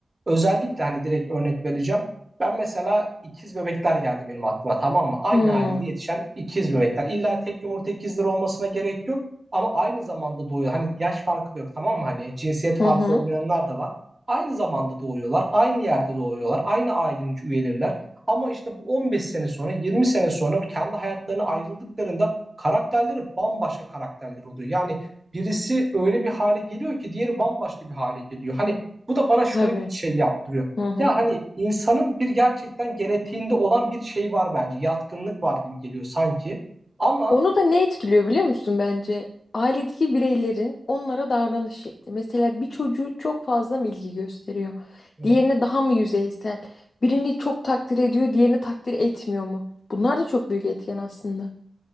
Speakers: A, on the right (about 30°); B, on the left (about 70°).
A: Özellikle hani direkt örnek vereceğim. Ben mesela ikiz bebekler geldi benim aklıma tamam mı? Aynı
B: Hmm.
A: ailede yetişen ikiz bebekler. İlla tek yumurta ikizleri olmasına gerek yok. Ama aynı zamanda doğuyor. Hani yaş farkı da yok tamam mı? Hani cinsiyet farkı
B: Hı hı.
A: olmayanlar da var. Aynı zamanda doğuyorlar. Aynı yerde doğuyorlar. Aynı ailenin üyeleriler. Ama işte bu 15 sene sonra, 20 sene sonra kendi hayatlarına ayrıldıklarında karakterleri bambaşka karakterler oluyor. Yani birisi öyle bir hale geliyor ki diğeri bambaşka bir hale geliyor. Hani bu da bana şunu
B: Tabii.
A: şey yaptırıyor.
B: Hı hı.
A: Ya hani insanın bir gerçekten genetiğinde olan bir şey var bence. Yatkınlık var gibi geliyor sanki. Ama
B: Onu da ne etkiliyor biliyor musun bence? Ailedeki bireylerin onlara davranış şekli. Mesela bir çocuğu çok fazla mı ilgi gösteriyor?
A: Hı
B: Diğerine
A: hı.
B: daha mı yüzeysel? Birini çok takdir ediyor, diğerini takdir etmiyor mu? Bunlar da çok büyük etken aslında.